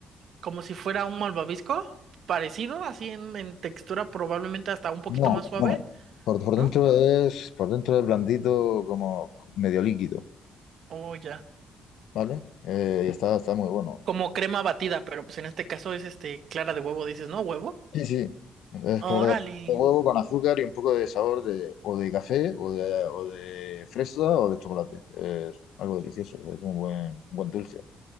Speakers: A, on the right; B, on the left.
A: como si fuera un malvavisco, parecido, así en, en textura, probablemente hasta un poquito
B: No,
A: más suave,
B: no. Por, por
A: ¿no?
B: dentro es, por dentro es blandito como medio líquido.
A: O ya.
B: ¿vale? Eh, y está, está muy bueno.
A: Como crema batida, pero pues en este caso es este clara de huevo, dices, ¿no? ¿Huevo?
B: Sí, sí, es
A: Órale.
B: claro. Huevo con azúcar y un poco de sabor de, o de café, o de, o de fresa, o de chocolate. Es algo delicioso, es un buen, buen dulce.